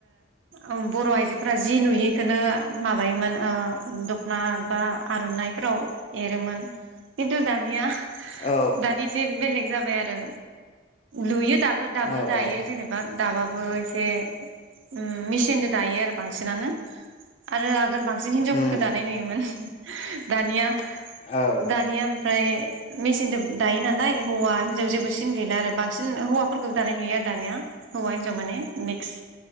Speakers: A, on the right; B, on the left.
A: ओह बर' आइजोफोरा जि नुयो इखोनो माबायोमोन ओ दखना बा आरनाइफोराव एरोमोन। खिन्थु दानिया
B: औ
A: दानिसे बेलेग जाबाय आरो लुयोथ दाबो दाबो
B: औ
A: दायो
B: औ
A: जेनेबा दाबाबो एस बे उम्म मेचिनजों दायो आरो बांसिनानो आरो आग आगोल बांसिन हिनजावफोरखो
B: उम
A: दानाय नुयोमोन। दानिया
B: औ
A: दानिया ओमफ्राय मेसिनजों दायो नालाय हौवा हिनजाव जेबो सि <unintelligible> गैला आरो बांसिन हौवाफोरखौबो दानाय नुयो आरो दानिया हौवा हिनजाव माने मिक्स